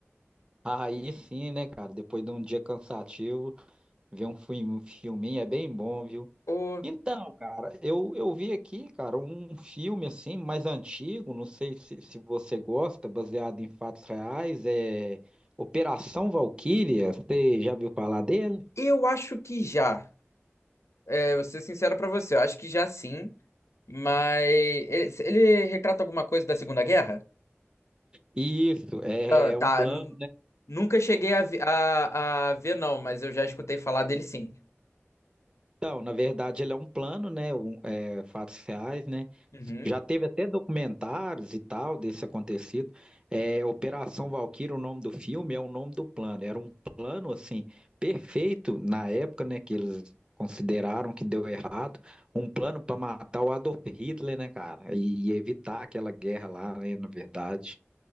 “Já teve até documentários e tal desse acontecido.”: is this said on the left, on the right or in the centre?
Right